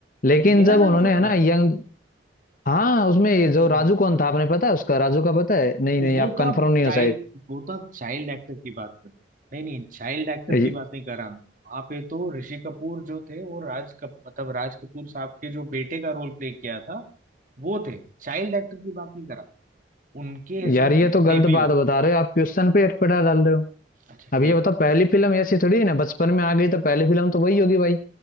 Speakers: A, on the left; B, on the right.
A: लेकिन
B: मेरा
A: जब उन्होंने
B: नाम जोकर
A: है ना यंग हाँ उसमें ये जो
B: नहीं
A: राजू
B: नहीं
A: कौन था आपने पता है उसका राजू का पता है नहीं नहीं
B: वो
A: आप
B: तो
A: कंफर्म
B: आप
A: नहीं
B: चाइल्ड
A: हो शायद
B: वो तो आप चाइल्ड एक्टर की बात कर रहे हो। नहीं नहीं चाइल्ड एक्टर
A: ये-
B: की बात नहीं कर रहा मैं वहां पे तो ऋषि कपूर जो थे वो राज कप मतलब राज कपूर साहब के जो बेटे का रोल प्ले किया था वो थे चाइल्ड एक्टर की बात नहीं कर रहा उनके हिसाब
A: यार ये
B: से
A: तो
B: डेब्यू
A: गलत बात बता रहे हो आप क्वेश्चन पे अटपटा डाल रहे हो
B: अच्छा ठीक
A: अब ये बताओ पहली फिल्म ऐसी थोड़ी है ना बचपन में आ गई तो पहली फिल्म तो वही होगी भाई